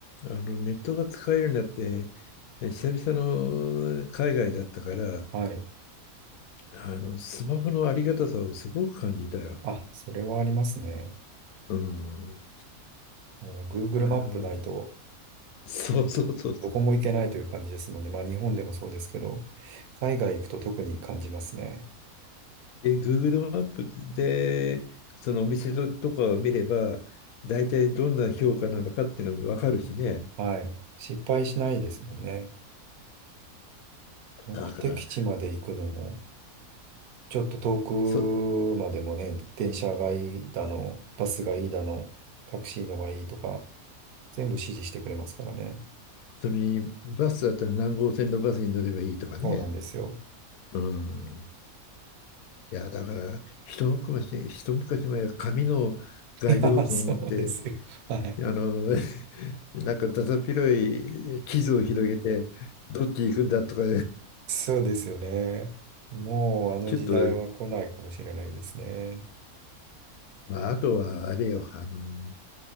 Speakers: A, on the left (about 75°); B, on the right (about 85°).
A: あのネットが使えるようになって、久々の海外だったから、
B: い。
A: あのスマホのありがたさをすごく感じたよ。
B: あ、それはありますね。
A: うん。
B: もう Google
A: あの、
B: マップないと
A: そうそうそうそう。
B: どこも行けないという感じですもんね。まあ日本でもそうですけど、海外行くと特に感じますね。
A: で、Google マップで、そのお店とかを見れば、大体どんな評価なのかっていうのも分かるしね。
B: はい。失敗しないですもんね。目的地まで行くのも、
A: だから、
B: ちょっと遠くまでもね、
A: そ、
B: 電車がいいだの、バスがいいだの、タクシーのがいいとか、全部指示してくれますからね。
A: それにバスだったら何号線のバスに乗ればいいとかね。
B: そうなんですよ。
A: うん。いや、だから、一昔、一昔前は紙のガイドブックを持って、
B: <laughs> いや、そうですよ。はい。
A: あの、<laughs> なんかだだっ広い地図を広げて、どっち行くんだとか、
B: そうですよね。もうあの時代は来ないかもしれないですね。
A: ちょっと、まあ、あとはあれよ、あの、